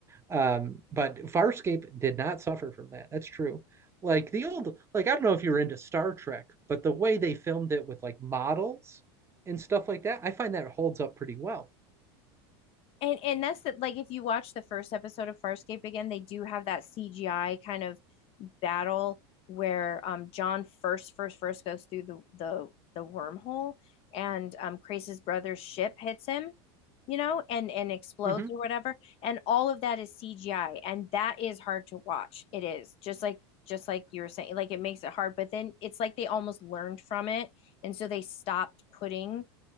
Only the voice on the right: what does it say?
Um, but Farscape did not suffer from that. That's true. Like the old, like I don't know if you were into Star Trek, but the way they filmed it with like models and stuff like that, I find that holds up pretty well.
hmm